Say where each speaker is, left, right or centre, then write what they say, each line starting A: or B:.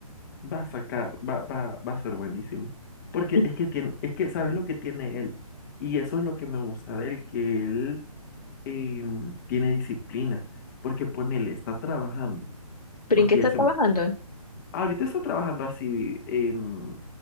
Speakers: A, on the left; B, on the left.
A: va a sacar, va, va, va a ser buenísimo. Porque
B: ¿Y-
A: es que tiene, es que sabes lo que tiene él. Y eso es lo que me gusta de él, que él eh, tiene disciplina. Porque ponele, está trabajando.
B: ¿Pero
A: Porque
B: en qué está
A: ya se,
B: trabajando?
A: ahorita está trabajando así, em,